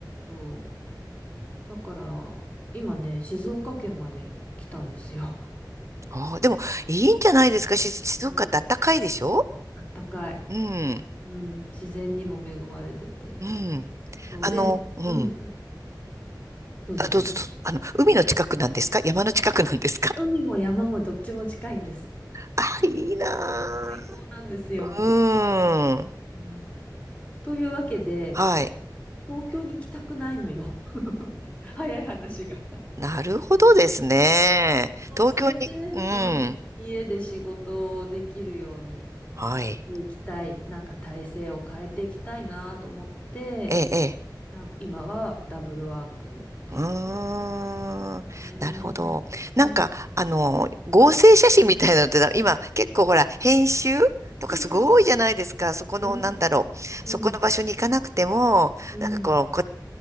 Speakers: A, on the left; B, on the right.
A: そう。だから、今ね、静岡県まで来たんですよ。
B: あー、でも、いいんじゃないですかし、静岡って暖かいでしょ
A: <laughs> うん、あったかい。
B: うん。
A: うん、自然にも恵まれてて。
B: うん。
A: そうで、
B: あの、うん。
A: うん、どうぞどうぞ。
B: あ、どうぞどうぞ。あの、海の近くなんですか山の近くなんですか
A: 海も山もどっちも近いんです。
B: <laughs> あ、いいな
A: 最高なんですよ。
B: ぁ。うーん。
A: うんというわけで、
B: はい。
A: 東京に行きたくないのよ。<laughs> 早い話が。
B: なるほどですね。
A: そう、
B: 東京に、
A: それで、
B: う
A: うん、
B: ん。
A: 家で仕事をできるように
B: はい。
A: 行きたい、なんか体制を変えていきたいなと思って、
B: ええ、ええ。
A: なんか今はダブルワークっていうか
B: うーん。
A: ね。
B: なるほど。
A: うん、
B: なんか、
A: うん
B: あの、合成写真みたいなのって、今、結構ほら、編集とかすごいじゃないですか。
A: うんうん
B: そこの、
A: うん
B: なんだろう。
A: うん
B: そこの場所に行かなくても、
A: うん
B: なんかこの、こ、